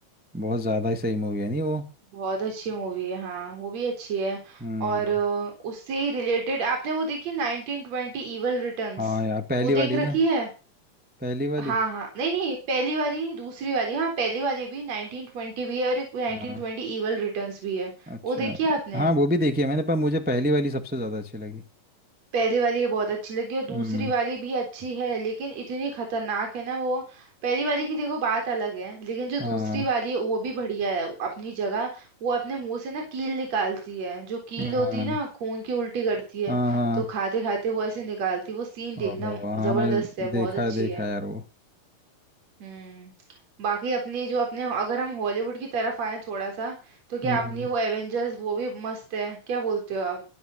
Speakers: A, in the centre; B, on the right.
A: बहुत ज्यादा ही सही मूवी है नहीं वो
B: बहुत अच्छी मूवी है हाँ वो भी अच्छी है
A: हम्म
B: और अ, उससे ही रिलेटेड आपने वो देखी नाइनटीन ट्वेंटी इवल रिटर्न्स
A: हाँ यार पहली
B: वो
A: वाली
B: देख रखी
A: ना
B: है
A: पहली वाली
B: हाँ हाँ नहीं नहीं पहली वाली नहीं दूसरी वाली हाँ पहली वाली भी नाइनटीन ट्वेंटी भी है और एक नाइनटीन
A: हाँ
B: ट्वेंटी इवल रिटर्न्स भी है
A: अच्छा
B: वो देखी है आपने
A: हाँ वो भी देखी है मैंने पर मुझे पहली वाली सबसे ज्यादा अच्छी लगी
B: पहली वाली ये बहुत अच्छी लगी और दूसरी
A: हम्म
B: वाली भी अच्छी है लेकिन इतनी खतरनाक है ना वो पहली वाली की देखो बात अलग है लेकिन जो
A: हाँ
B: दूसरी वाली है वो भी बढ़िया है अपनी जगह वो अपने मुंह से ना कील निकालती है जो कील
A: हाँ
B: होती है ना खून की उल्टी करती है
A: हाँ हाँ
B: तो खाते खाते वो ऐसे निकालती है। वो सीन
A: ओहो
B: देखना
A: हाँ
B: जबरदस्त
A: मैंने
B: है बहुत
A: देखा
B: अच्छी
A: है देखा
B: है
A: है यार वो
B: हम्म बाकी अपनी जो अपने अगर हम हॉलीवुड की तरफ आए थोड़ा सा तो क्या
A: हम्म
B: अपनी वो एवेंजर्स वो भी मस्त है क्या बोलते हो